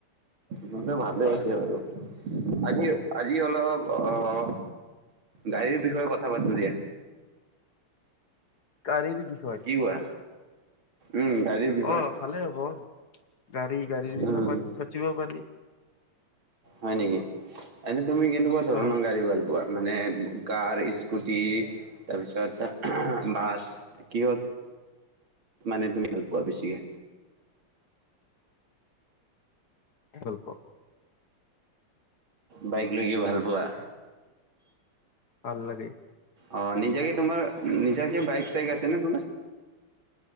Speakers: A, on the right (about 65°); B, on the left (about 50°).
A: নহ'লে ভালে
B: হয়
A: আছে বাৰু আজি আজি অলপ অ' গাড়ীৰ বিষয়ে কথা পাতোঁ দিয়া।
B: গাড়ীৰ বিষয়
A: কি কোৱা উম, গাড়ীৰ বিষয়ে
B: অ', ভালেই হ'ব গাড়ী গাড়ী বিষয়ে
A: উম,
B: পা পাতিব পাৰি।
A: হয় নেকি, এনে তুমি কেনেকুৱা ধৰণৰ
B: অ',
A: গাড়ী ভাল পোৱা? মানে কাৰ, স্কুটি তাৰপিছত বাছ কিহত মানে তুমি ভাল পোৱা বেছিকে?
B: হেলপক
A: বাইক লৈ কি ভাল পোৱা
B: ভাল লাগে
A: অ নিজাকে তোমাৰ নিজাকে বাইক চাইক আছে নেকি